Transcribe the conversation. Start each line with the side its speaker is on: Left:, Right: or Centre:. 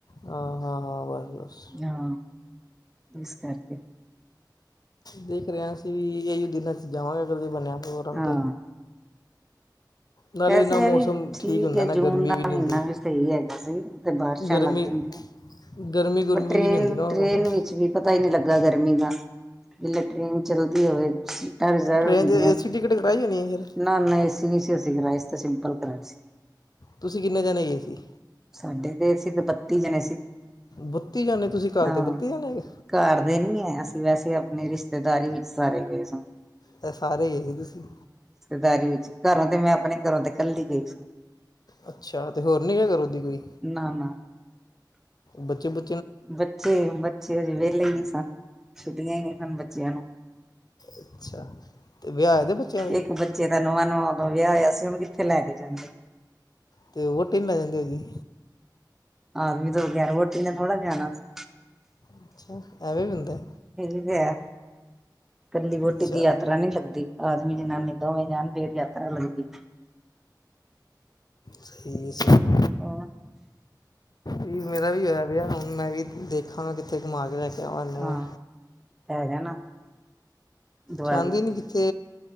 Left: ਹਾ ਹਾ ਹਾਂ, ਬਸ ਬੱਸ।
Centre: ਹਾਂ ਇਸ ਕਰਕੇ।
Left: ਦੇਖ ਰਏ ਆ ਅਸੀ ਵੀ ਏਈਓ ਦਿਨਾਂ 'ਚ ਜਾਵਾਂਗੇ ਅਗਰ ਜੇ ਬੰਨੇਆ ਪ੍ਰੋਗਰਾਮ
Centre: ਹਾਂ
Left: ਤੇ। ਨਾਲੇ
Centre: ਵੈਸੇ
Left: ਨਾ ਮੌਸਮ
Centre: ਐ ਵੀ ਠੀਕ
Left: ਹੁੰਦਾ
Centre: ਏ
Left: ਨਾ
Centre: ਜੂਨ
Left: ਗਰਮੀ
Centre: ਦਾ
Left: ਨਹੀਂ
Centre: ਮੀਨਾ
Left: ਹੁੰਦੀ
Centre: ਵੀ ਸਈ ਹੈ ਬਾਰਿਸ਼ਾਂ
Left: ਗਰਮੀ
Centre: ਲੱਗ ਜਾਂਦੀਐ
Left: ਗਰਮੀ ਗੁਰਮੀ
Centre: ਪਰ ਟ੍ਰੇਨ,
Left: ਵੀ ਨਹੀਂ ਹੁੰਦੀ ਨਾ ਉਹ
Centre: ਟ੍ਰੇਨ
Left: ਮੌਸਮ
Centre: ਵਿੱਚ ਵੀ ਪ ਤਾ ਈ ਨਈ ਲੱਗਾ ਗਰਮੀ ਦਾ। ਜਿਲੇ ਟ੍ਰਰੇਨ ਚੱਲਦੀ ਹੋਵੇ, ਸੀਟਾਂ ਰਿਜ਼ਰਵ
Left: ਟ੍ਰੇਨ
Centre: ਹੁੰਦੀਆਂ
Left: 'ਚ ਏ ਸੀ ਟਿਕਟ ਕਰਾਈ ਹੋਣੀ ਹੈ ਫਿਰ
Centre: ਨਾ ਨਾ ਏ ਸੀ ਨਈ ਸੀ ਅਸੀ ਕਰਾਈ, ਅੱਸੀ ਤੇ ਸਿੰਪਲ ਕਰਾਈ ਸੀ।
Left: ਤੁਸੀਂ ਕਿੰਨੇ ਜਾਣੇ ਗਏ ਸੀ
Centre: ਸਾਡੇ ਤੇ ਸਿੱਧ ਬੱਤੀ ਜਣੇ ਸੀ
Left: ਬੱਤੀ ਜਾਣੇ ਤੁਸੀਂ ਘਰ
Centre: ਹਾਂ
Left: ਦੇ ਬੱਤੀ ਜਾਣੇ ਹੈਗੇ
Centre: ਘਰ ਦੇ ਨੀ ਆ ਅਸੀ ਵੈਸੇ ਆਪਨੀ ਰਿਸਤੇਦਾਰੀ ਵਿੱਚ ਸਾਰੇ ਗਏ ਸਾਂ।
Left: ਤੇ ਸਾਰੇ ਗਏ ਸੀ ਤੁਸੀ।
Centre: ਦਾਰੀ ਵਿੱਚ, ਘਰੋ ਤੇ ਮੈਂ ਆਪਨੇ ਘਰੋ ਤੇ ਕੱਲੀ ਗਈ ਸੀ।
Left: ਅੱਛਾ, ਤੇ ਹੋਰ ਨੀ ਗੇਆ ਘਰੋ ਦੀ ਕੋਈ?
Centre: ਨਾ ਨਾ
Left: ਬੱਚੇ ਬੁ
Centre: ਬੱਚੇ, ਬੱਚੇ ਹਜੇ ਵੇਲੇ ਹੀ ਨੀ ਸਨ, ਛੁੱਟੀਆਂ ਹੀ ਨਈ ਸਨ ਬੱਚੇਆਂ ਨੂੰ।
Left: ਅੱਛਾ। ਤੇ ਵਿਆਹ ਹੋਏ ਦੇ ਬੱਚਿਆਂ ਦੇ
Centre: ਇੱਕ ਬੱਚੇ ਦਾ ਨਵਾਂ ਨਵਾਂ ਓਦੋ ਵਿਆ ਹੋਏਆ ਸੀ ਓਨੂੰ ਕਿੱਥੇ ਲੈ ਕੇ ਜਾਂਦੇ।
Left: ਤੇ ਵੋਤੀ ਨੂੰ ਲੈ ਜਾਂਦੇ ਓਦੀ।
Centre: ਆਦਮੀ ਤੋਂ ਬਗੈਰ ਵੋਟੀ ਨੇ ਥੋੜਾ ਜਾਨਾ ਸੀ।
Left: ਅੱਛਾ ਐਵੇਂ ਵੀ ਹੁੰਦੈ।
Centre: ਇਹਹੀ ਫ <inaudible> ਕੱਲੀ ਵੋਟੀ
Left: ਅੱਛਾ
Centre: ਦੀ ਯਾਤਰਾ ਨੀ ਲੱਗਦੀ ਆਦਮੀ ਦੇ ਜਨਾਨੀ ਦੋਵੇ ਜਾਣ ਫੇਰ ਯਾਤਰਾ ਲੱਗਦੀ
Left: ਸਹੀ <inaudible>
Centre: ਆ
Left: ਮੇਰਾ ਵੀ ਹੋਇਆ ਪਿਆ ਹੁਣ ਮੈਂ ਵੀ ਦੇ ਦੇਖਾਂ ਮੈਂ ਕਿੱਥੇ ਘੁਮਾ ਕੇ ਲੈ ਕੇ ਆਵਾ ਇਨੂੰ
Centre: ਹਾਂ ਪੈ ਜਾਣਾ ਦੀਵਾਲੀ
Left: ਚਾਹਦੀ ਨਹੀਂ
Centre: ਤੇ
Left: ਕਿੱਥੇ